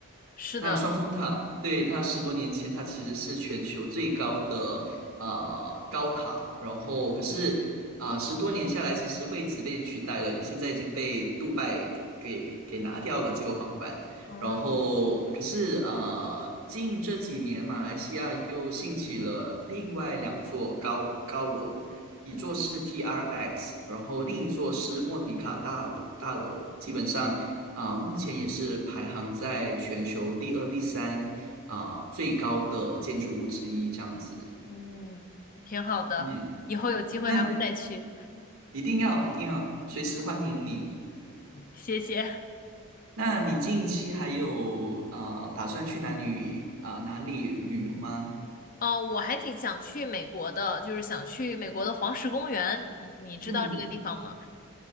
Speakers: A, on the left (about 40°); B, on the right (about 75°).
A: 是的，
B: 那双峰塔，对，它十多年前，它其实是全球最高的呃高塔，然后可是啊、呃十多年下来，其实位置被取代了，现在已经被杜拜给给拿掉了这个皇冠。
A: 嗯
B: 然后可是啊、呃近这几年马来西亚又兴起了另外两座高高楼，一座是
A: 嗯，
B: TRX，然后另一座是莫迪卡大楼大楼，基本上。啊、目前也是排行在全球第二、第三啊、最高的建筑物之一，这样子。
A: 嗯，挺好的，
B: 嗯，
A: 以后有机会还会再去。
B: 那一定要一定要随时欢迎你。
A: 谢谢。
B: 那你近期还有啊、打算去哪里啊、哪里旅游吗？
A: 哦，我还挺想去美国的，就是想去美国的黄石公园，你你知道这个地方吗？
B: 嗯，